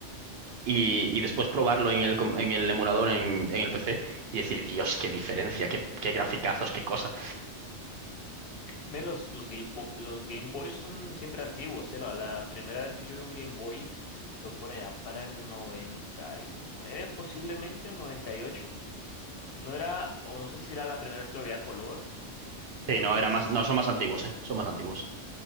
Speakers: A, on the right (about 65°); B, on the left (about 60°).
A: Y, y después probarlo en el, com- en el emulador en, en el PC y decir, Dios, qué diferencia, qué, qué graficazos, qué cosas.
B: Men, los, los, Game Bo- los Game Boys son siempre antiguos, ¿eh? La, la primera vez que yo vi un Game Boy fue por allá para el 99 posiblemente o 98. No era, o no sé si era la primera vez que lo veía a color,
A: Sí,
B: creo
A: no,
B: que
A: era
B: sí.
A: más, no, son más antiguos, ¿eh? Son más antiguos.